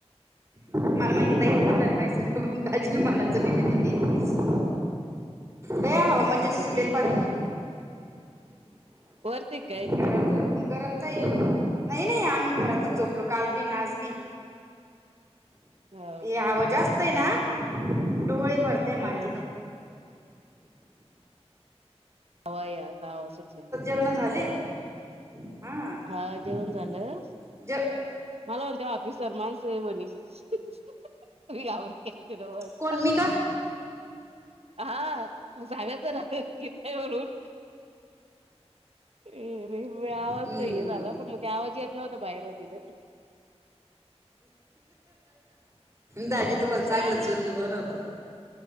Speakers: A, on the right; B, on the right.
A: मला माहिती आहे तहीच बोलणार रे मा ताज मनात ि हवा मज्जाची
B: असं
A: सुटेल
B: काय
A: पार
B: का वरती काय
A: घरातू गरमता ये नाही नाही अंग घरातच झोपलो काल बी नाच बी
B: हो
A: य
B: का
A: हवा जास्तयना डोळी बरते
B: हवा
A: माातनु
B: आव या आता आवा सुटलेली
A: झा ह
B: हा जेवण झालं मला म्हणते हऑफिसर मानसेहेबनी त आावर धनवाद
A: कोण मी का
B: हा सांगायच ना कीथय म्हणून अ रे वळ आवाज
A: हम्म
B: तर ये झाला पण मग त्या आवाज येत नव्हता बाहेरवर तिथे
A: दाजे तुम्हाला चांगलं
B: शान
A: चुल्ल बनवतात